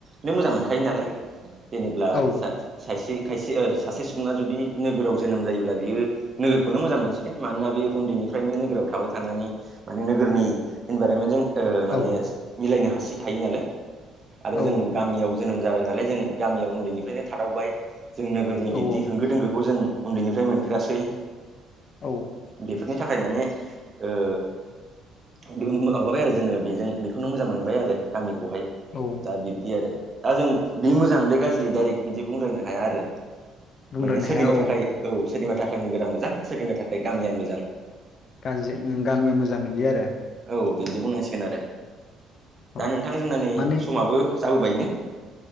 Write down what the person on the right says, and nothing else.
नों मोजां मोनखायो नालाय जेनेब्ला
सा सासे खायसे सासे सुबुङा जुदि नोगोराव जोनोम जायोब्ला बियो नोगोर खौनो मोजां मोनसिगोन मानोना बे उन्दैनिफ्रायनो नोगोराव थाबाय थानानै माने नोगोरनि इनभाइरमेन्टजों ओ माने
मिलायनो हासि हायो नालाय आरो
जों गामियाव जोनोम जाबाय नालाय जों गामियाव उन्दैनिफ्रायनो थादावबाय जों नोगोरनि
बिब्दि होंगो दोंगोखौ जों उन्दैनिफ्राय मोनफेरासै
बेफोरनि थाखाय माने ओ माबाबाय आरो जोङो बेजों बेखौनो मोजां मोनबाय आरो गामिखौहाय
दा बिब्दि आरो दा जों बे मोजां बे गाज्रि दडाइरेक्ट बिदि बुंद्रायनो हाया आरो
माने
सोरनिबा
थाखाय औ सोरनिबा थाखाय नोगोरा मोजां सोरनिबा थाखाय गामियानो मोजां।
औ बिबदि बुंनांसिगोन आरो
दा नोंथां जोंना नै
समाबो जाबोबाय ने